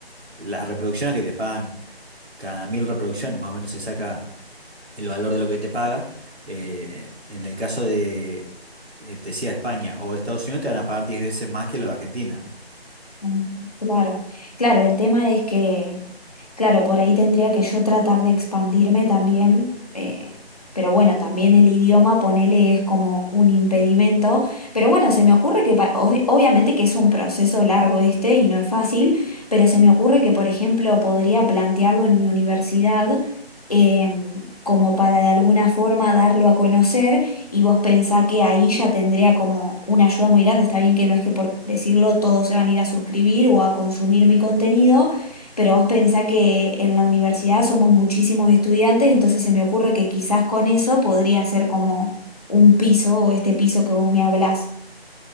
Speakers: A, on the right; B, on the left.
A: las reproducciones que te pagan, cada mil reproducciones más o menos se saca el valor de lo que te paga. Eh, en el caso de, eh, te decía, España o Estados Unidos, te van a pagar 10 veces más que lo de Argentina.
B: Mm, Claro, claro, el tema es que Claro, por ahí tendría que yo tratar de expandirme también, eh, pero bueno, también el idioma, ponele, es como un impedimento, pero bueno, se me ocurre que, pa- ob- obviamente que es un proceso largo este y no es fácil, pero se me ocurre que, por ejemplo, podría plantearlo en mi universidad, em, como para de alguna forma darlo a conocer y vos pensá que ahí ya tendría como una ayuda muy grande, está bien que no es que por decirlo todos se van a ir a suscribir o a consumir mi contenido pero vos pensá que en la universidad somos muchísimos estudiantes, entonces se me ocurre que quizás con eso podría ser como un piso o este piso que vos me hablás